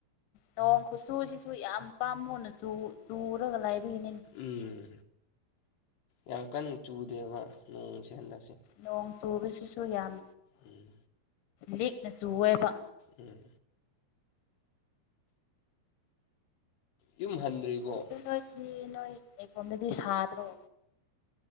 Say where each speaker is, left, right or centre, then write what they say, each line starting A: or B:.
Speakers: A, on the left (about 85°); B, on the left (about 70°).
A: ꯅꯣꯡ ꯈꯨꯆꯨꯁꯤꯁꯨ ꯌꯥꯝ ꯄꯥꯝꯃꯨꯅ ꯆꯨ ꯆꯨꯔꯒ ꯂꯩꯕꯒꯤꯅꯤ꯫
B: ꯎꯝ ꯌꯥꯝ ꯀꯟꯅ ꯆꯨꯗꯦꯕ ꯅꯣꯡꯁ‌ꯦ ꯍꯟꯗꯛꯁꯦ
A: ꯅꯣꯡ ꯆꯨꯕꯁꯤꯁꯨ ꯌꯥꯝ꯫
B: ꯎꯝ
A: ꯂꯤꯛꯅ ꯁꯨꯑꯦꯕ
B: ꯎꯝ ꯌꯨꯝ ꯍꯟꯗ꯭ꯔꯤꯕꯣ꯫
A: ꯑꯗꯨ ꯅꯣꯏꯗꯤ ꯅꯣꯏ ꯂꯩꯐꯝꯗꯗꯤ ꯁꯥꯗ꯭ꯔꯣ